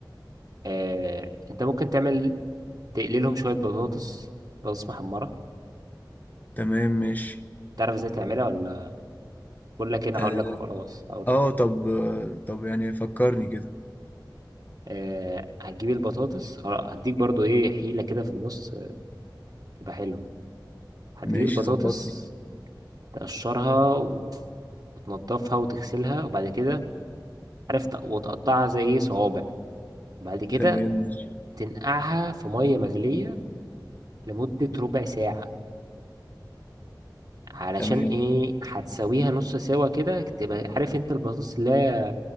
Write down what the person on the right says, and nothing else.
آه انت ممكن تعمل تقللهم شوية بطاطس بطاطس محمرة
تعرف ازاي تعملها ولا بقول لك انا
هقول لك خلاص هقول
لك
آه، هتجيب البطاطس خلاص، هديك برضو ايه حيلة كده في النص آه، تبقى حلوة هتجيب
البطاطس
تقشرها وتنضفها وتغسلها وبعد كده عرفت وتقطعها زي ايه صوابع وبعد كده
تنقعها في مية مغلية لمدة ربع ساعة علشان
ايه هتسويها نص سوا كده تبقى عارف انت البطاطس اللي هي